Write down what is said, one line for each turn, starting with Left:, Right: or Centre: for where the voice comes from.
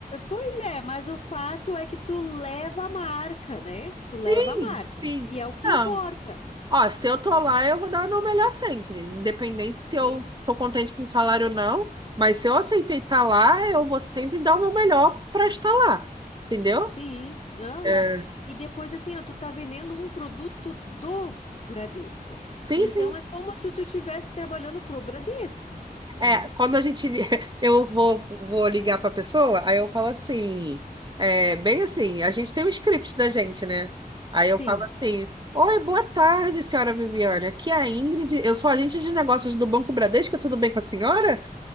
Left: Pois é, mas o fato é que tu leva a marca, né? Tu
Right: Sim,
Left: leva a marca.
Right: sim.
Left: E é o que
Right: Não.
Left: importa.
Right: Ó, se eu tô lá, eu vou dar o meu melhor sempre, independente se
Left: Sim.
Right: eu tô contente com o salário ou não. Mas se eu aceitei estar lá, eu vou sempre dar o meu melhor para estar lá, entendeu?
Left: Sim, aham.
Right: É.
Left: E depois assim, ó, tu tá vendendo um produto do Bradesco.
Right: Sim,
Left: Então
Right: sim.
Left: é como se tu estivesse trabalhando pro Bradesco. Uhum.
Right: É, quando a gente. <laughs> Eu vou, vou ligar pra pessoa, aí eu falo assim. É, bem assim, a gente tem um script da gente, né? Aí
Left: Sim.
Right: eu falo assim: Oi, boa tarde, senhora Viviane. Aqui é a Ingrid, eu sou agente de negócios do Banco Bradesco, tudo bem com a senhora?